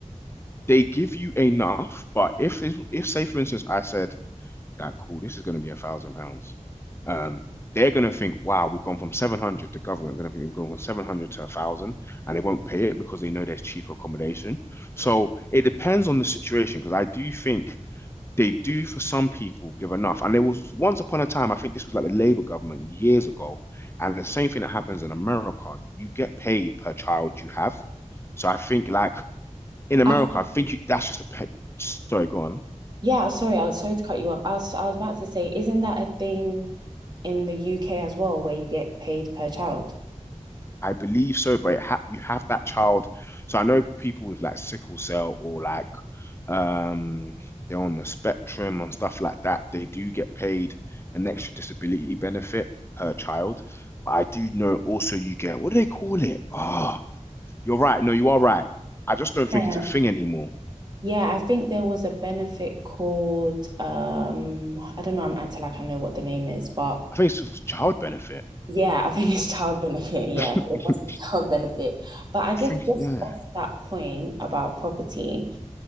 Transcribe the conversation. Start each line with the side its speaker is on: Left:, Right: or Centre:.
Left: they give you enough, but if if, say for instance I said, yeah, cool, this is going to be a thousand pounds, um, they're going to think, wow, we've gone from 700, the government going to think we've gone from 700 to a thousand, and they won't pay it because they know there's cheaper accommodation. So it depends on the situation because I do think they do for some people give enough. And there was once upon a time, I think this was like the Labour government years ago, and the same thing that happens in America, you get paid per child you have. So I think like in America,
Right: I
Left: I think you, that's just a pet. Sorry, go on.
Right: Yeah, sorry, I was sorry to cut you off. I was I was about to say, isn't that a thing in the UK as well, where you get paid per child?
Left: I believe so, but it ha you have that child. So I know people with like sickle cell or like um they're on the spectrum and stuff like that. They do get paid an extra disability benefit per child. But I do know also you get what do they call it? Oh, you're right. No, you are right. I just don't think
Right: Yeah.
Left: it's a thing anymore.
Right: Yeah, I think there was a benefit called um I don't know, I'm acting like I know what the name is, but
Left: I think it's just child benefit.
Right: yeah, I think it's child benefit. Yeah,
Left: <laughs>
Right: it must be child benefit. But I
Left: I
Right: guess
Left: think
Right: just
Left: yeah,
Right: off that point about property,